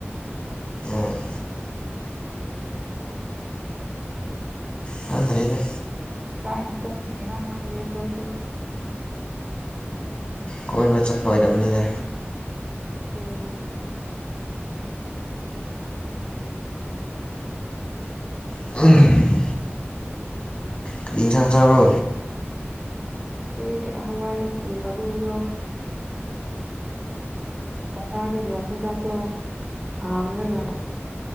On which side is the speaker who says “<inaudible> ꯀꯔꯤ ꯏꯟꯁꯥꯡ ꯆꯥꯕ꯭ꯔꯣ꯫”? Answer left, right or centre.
Left